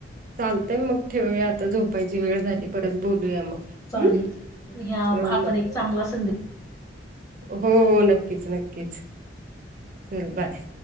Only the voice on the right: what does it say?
चालतय मग ठेवूया आता झोपायची वेळ झाली परत बोलूया मग.
हम्म.
चल
मग
बाय.
हो हो, नक्कीच नक्कीच, चल बाय.